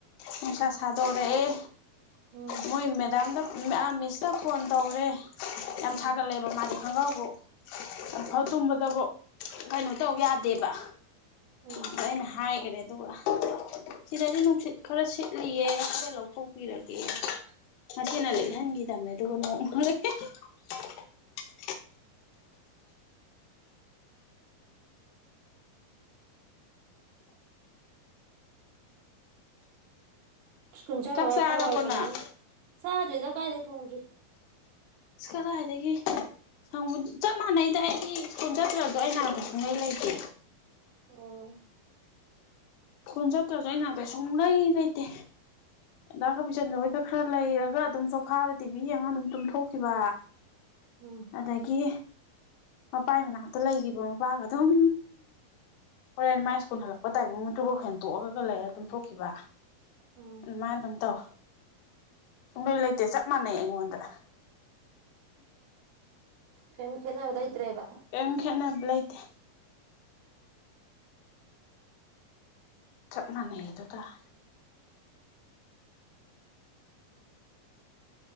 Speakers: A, on the left; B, on the right.
A: ꯅꯨꯡꯁꯥ
B: ꯎꯝ
A: ꯁꯥꯗꯣꯔꯛꯑ
B: ꯎꯝ
A: ꯃꯣꯏ ꯃꯦꯗꯥꯝꯗ ꯑꯥ ꯃꯤꯁꯇ ꯐꯣꯟ ꯇꯧꯔꯦ ꯌꯥꯝ
B: ꯎꯝ
A: ꯁꯥꯒꯠꯂꯦꯕ ꯃꯥꯗꯤ ꯈꯣꯡꯒ꯭ꯔꯥꯎꯕꯨꯡ ꯂꯧꯊꯣꯛ ꯇꯨꯝꯕꯗꯕꯨꯛ ꯀꯩꯅꯣ ꯇꯧ ꯌꯥꯗꯦꯕ
B: ꯎꯝ
A: ꯑꯗ ꯑꯩꯅ ꯍꯥꯏꯒ꯭ꯔꯦ ꯑꯗꯨꯒ ꯁꯤꯗꯗꯤ ꯅꯨꯡꯁꯤꯠ ꯈꯔ ꯁꯤꯠꯂꯤꯌꯦ ꯍꯣꯔꯦꯟ ꯂꯧꯊꯣꯛꯄꯤꯔꯒꯦ ꯉꯁꯤꯅ
B: ꯎꯝ
A: ꯂꯩꯠꯍꯟꯒꯤꯗ ꯃꯦ ꯑꯗꯨꯒꯅꯦ <unintelligible>
B: ꯁ꯭ꯀꯨꯜ ꯆꯪꯉꯒ
A: ꯆꯥꯛ ꯆꯥꯔꯕꯣ
B: ꯈꯔ ꯋꯥꯏ ꯁꯪꯉꯝꯅꯤ
A: ꯅꯪ
B: ꯆꯥꯛ ꯗꯦꯗ ꯀꯥꯏꯗꯩ ꯊꯣꯡꯗ꯭ꯔꯤ꯫
A: ꯀꯗꯥꯏꯗꯒꯤ ꯁꯪꯕ ꯆꯞ ꯃꯥꯟꯅꯩꯗ ꯑꯩꯗꯤ ꯁ꯭ꯀꯨꯜ ꯆꯠꯇ꯭ꯔꯖꯨ ꯑꯩꯩ ꯅꯥꯛꯇ ꯁꯨꯡꯂꯩ ꯂꯩꯇꯦ꯫
B: ꯑꯣ꯫
A: ꯁ꯭ꯀꯨꯜ ꯆꯠꯇ꯭ꯔꯁꯨ ꯑꯩꯅꯥꯛꯇ ꯁꯨꯡꯂꯩ ꯂꯩꯇꯦ ꯗꯥ ꯀꯥꯕꯤꯆꯟꯗ꯭ꯔꯥ ꯍꯣꯏꯗ ꯈꯔ ꯂꯩꯔꯒ ꯑꯗꯨꯝ ꯁꯣꯐꯥꯗ ꯇꯤꯚꯤ ꯌꯦꯡꯉꯒ ꯑꯗꯨꯝ ꯇꯨꯝꯊꯣꯛꯈꯤꯕ
B: ꯎꯝ
A: ꯑꯗꯒꯤ ꯃꯄꯥꯢ ꯃꯅꯥꯛ ꯇ ꯂꯩꯒꯤꯕ ꯃꯄꯥꯒ ꯑꯗꯨꯝ ꯍꯣꯔꯦꯟ ꯃꯥꯏ ꯁ꯭ꯀꯨꯜ ꯍꯂꯛꯄ ꯇꯥꯏꯃꯤ ꯑꯗꯨ ꯍꯦꯡꯇꯣꯛꯑꯒ ꯂꯩꯔ ꯇꯨꯊꯣꯛꯈꯤꯕ
B: ꯎꯝ
A: ꯑꯗꯨꯃꯥꯢ ꯑꯗꯨꯝ ꯇꯧ ꯁꯨꯡꯂꯩ ꯂꯩꯇꯦ ꯆꯞ ꯃꯥꯟꯅꯩ ꯑꯩꯉꯣꯟꯗ
B: ꯀꯌꯥꯝ ꯈꯦꯠꯅꯕ ꯂꯩꯇ꯭ꯔꯦꯕ
A: ꯀꯌꯥꯝ ꯈꯦꯠꯅꯕ ꯂꯩꯇꯦ ꯆꯞ ꯃꯥꯟꯅꯩ ꯑꯗꯨ ꯇꯥꯔꯦ